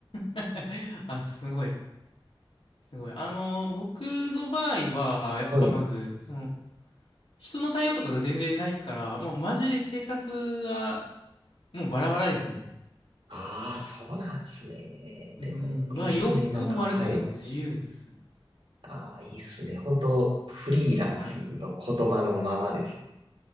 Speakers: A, on the left; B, on the right.
A: あ。<laughs> あ、すごい。すごい。あの、僕の場合は、やっぱまず、
B: はい。
A: その、人の対応とかが全然ないから、もうマジで生活は、もうバラバラですね。
B: ああ、そうなんですね。
A: うん、
B: でも、
A: まあ、
B: いいっすね。
A: 良くも悪くも自由です。
B: なんか、はい。ああ、いいっすね。本当フリーランスの言葉のままですね。
A: はい。